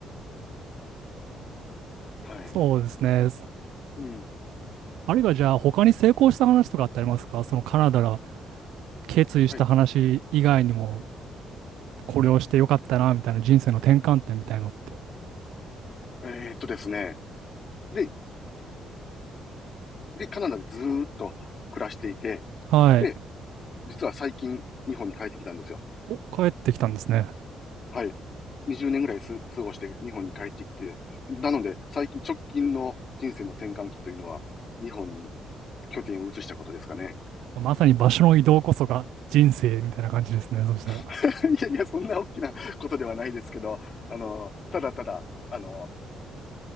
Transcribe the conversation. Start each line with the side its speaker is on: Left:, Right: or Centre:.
Left: はい。
Right: そうですね。
Left: うん。
Right: あるいはじゃあ他に成功した話とかってありますかそのカナダ決意した話以外にも、
Left: はい。
Right: これをしてよかったな、みたいな人生の転換点みたいのって。
Left: えーっとですね。で、で、カナダでずーっと暮らしていて、
Right: はい。
Left: で、実は最近日本に帰ってきたんですよ。
Right: お、帰ってきたんですね。
Left: はい。20年ぐらいす過ごして日本に帰ってきて、なので最近直近の人生の転換期というのは日本に拠点を移したことですかね。
Right: まさに場所の移動こそが人生みたいな感じですね。そしたら。
Left: <laughs> いやいや、そんな大きなことではないですけど、あの、ただただ、あの、